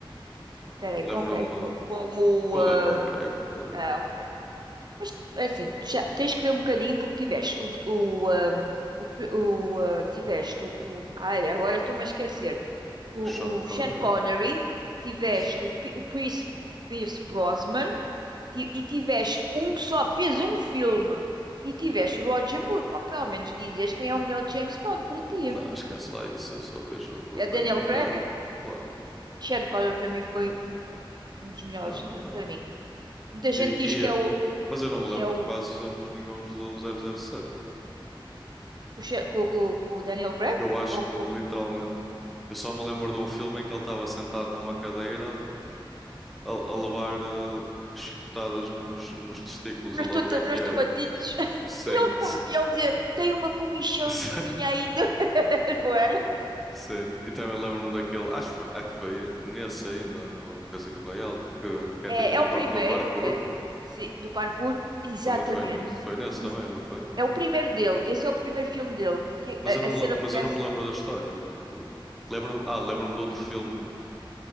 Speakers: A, on the right; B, in the centre.
A: Peraí, com
B: Lembro-me.
A: quem? Co- Como.
B: Com o
A: ah,
B: Daniel Craig, claro.
A: ah, ok. Mas é assim, tu já tens que ver um bocadinho porque tiveste o. o, ah, o, cri- o, ah, tiveste o, o- Ai, agora estou-me a esquecer. O,
B: O Sean Connery?
A: o Sean Connery, tiveste
B: Sim.
A: o, P- o Pierce, Pierce Brosnan ti- e tiveste um que só fez um filme e tiveste Roger Moore, pá, pelo menos dizias quem é o melhor James Bond para ti.
B: Não, esquece lá isso. Eu só vejo o
A: É
B: do Daniel
A: Daniel Craig?
B: Craig. Claro.
A: Sean Connery para mim foi um um dos melhores
B: Não,
A: eh,
B: não.
A: para mim. Muita gente
B: E,
A: diz que é
B: e-
A: o
B: mas eu não me
A: que
B: lembro
A: é o
B: de quase filmes nenhuns do zero zero sete
A: com o Sean- que o- que o Daniel Craig
B: Eu acho
A: ou com
B: que literalmente. Eu só me lembro de um filme em que ele estava sentado numa cadeira a, a levar eh, chicotadas nos, nos testículos,
A: nos,
B: ou lá
A: tota-
B: o que é
A: nos
B: que era.
A: tomatitos. <laughs>
B: Sim.
A: E Ele,
B: s-
A: com- ele dizia, tem uma comichãozinha
B: <laughs> sim.
A: ainda, <laughs> não era?
B: Sim. E também lembro-me daquele, acho que foi, acho que foi nesse ainda, no Casino Royale, que, que
A: É,
B: é tipo
A: é
B: do,
A: o
B: par-
A: primeiro
B: do parkour.
A: é, sim, do parkour, exatamente.
B: Foi- Não foi nesse? Foi nesse
A: Ex-
B: também, não foi?
A: É o primeiro dele. Esse é o primeiro filme dele. Que
B: Mas
A: A,
B: eu não me,
A: a cena
B: le- mas
A: começa.
B: eu não me lembro da história. Tipo, lembro-me, ah, lembro-me de outro filme